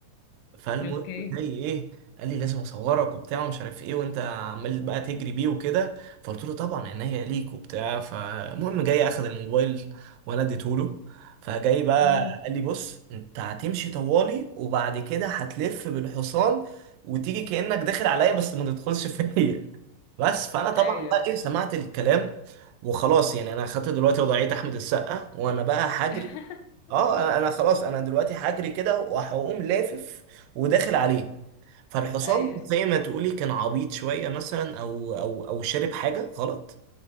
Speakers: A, on the right; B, on the left.
A: فالمهم
B: اوكي
A: جاي ايه قال لي لازم اصورك وبتاع ومش عارف ايه وانت عمال بقى تجري بيه وكده فقلت له طبعا عينيا ليك وبتاع فالمهم جاي اخد الموبايل وانا اديته له فجاي بقى
B: امم
A: قال لي بص انت هتمشي طوالي وبعد كده هتلف بالحصان وتيجي كأنك داخل عليا بس ما تدخلش فيا بس فانا طبعا
B: أيوة
A: بقى
B: أيوة
A: ايه سمعت الكلام وخلاص يعني انا خدت دلوقتي وضعية احمد السقا وانا بقى هجري
B: <laughs>
A: اه انا خلاص انا دلوقتي هجري كده وهقوم لافف وداخل عليه فالحصان
B: أيوة أيوة.
A: زي ما تقولي كان عبيط شوية مثلا او او او شرب حاجة غلط